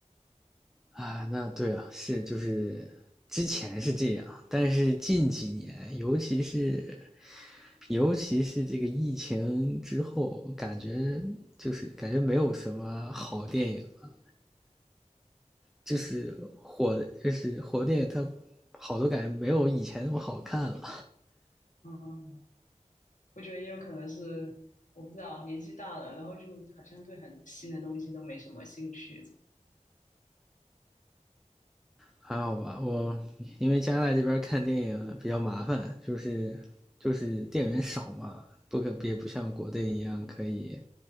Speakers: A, in the centre; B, on the left.
A: 啊，那对啊，是就是之前是这样，但是近几年，尤其是尤其是这个疫情之后，感觉就是感觉没有什么好电影了就是火的，就是火电影它好多感觉没有以前那么好看了。
B: 嗯，我觉得也有可能是我不知道年纪大了，然后就好像对很多新的东西都没什么兴趣，
A: 还好吧，我因为加拿大这边看电影比较麻烦，就是就是电影院少嘛，不可也不像国内一样可以